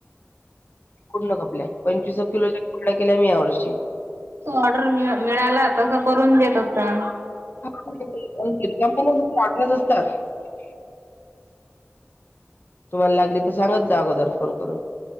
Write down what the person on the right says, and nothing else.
ऑर्डर मिळाला तस करून देत. ह.